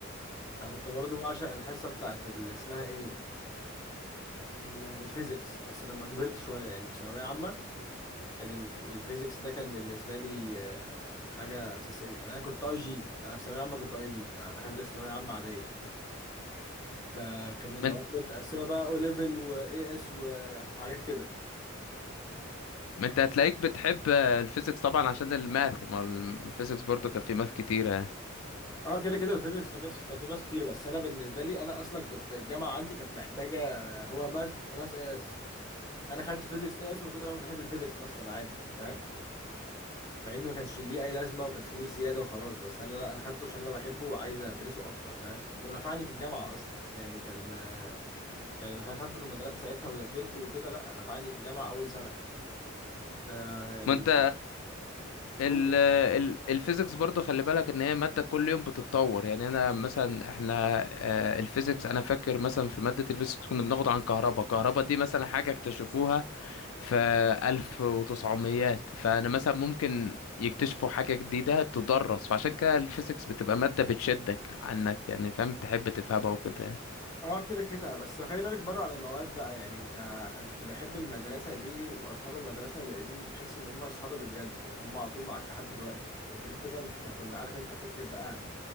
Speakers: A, on the left (about 20°); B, on the left (about 80°).
A: انا كنت برضو بعشق الحصه بتاعت اللي اسمها ايه ال- الفيزيكس بس لما كبرت شويه يعني في ثانويه عامه كان الف- الفيزيكس ده كان بالنسبه لي آه، حاجه اساسيه يعني انا كنت اي جي انا في ثانويه عامه كنت اي جي ما دخلت ثانويه عامه عاديه فكان المواد
B: ما انت
A: متقسمه بقى او ليفل واي اس وحاجات كده
B: ما انت هتلاقيك بتحب آه، الفيزيكس طبعا عشان الماث ما هو الفيزيكس برضو كان فيه ماث كتيرة يعني.
A: اه كده كده الفيزيكس كان ماس- كان فيه ماس كتير بس انا بالنسبه لي انا اصلا كنت الجامعه عندي كانت محتاجه هو ماس وماس اس انا خدت فيزيكس اس من كتر ما أنا بحب الفيزيكس اصلا عادي فاهم مع ان ما كانش ليه اي لازمه وكانت فلوس زياده وخلاص بس انا لا انا خدته عشان انا بحبه وعايز ادرسه اكتر فاهم ونفعني في الجامعه اصلا يعني كان آه، يعني اللي خدته في المدرسه ساعتها وذاكرته وكده لا نفعني في الجامعه اول سنه ف- يعني
B: ما انت ال
A: هو-
B: ال الفيزيكس برضو خلي بالك ان هي مادة كل يوم بتتطور يعني انا مثلا احنا آه، الفيزيكس انا فاكر مثلا في مادة الفيزيكس كنا بناخد عن كهرباء كهرباء دي مثلا حاجة اكتشفوها في ألف وتسعميات فأنا مثلا ممكن يكتشفوا حاجة جديدة تدرس فعشان كده الفيزيكس بتبقى مادة بتشدك عنك يعني فاهم تحب تفهمها وكده يعني.
A: اه كده كده بس خلي بالك بره عن المواد بقى يعني انت انا كنت بحب المدرسه دي واصحاب المدرسه لان تحس ان هم اصحاب اللي بجد اللي هم على طول معاك لحد دلوقتي وغير كده إن احنا كنا عارف انت فكره بقى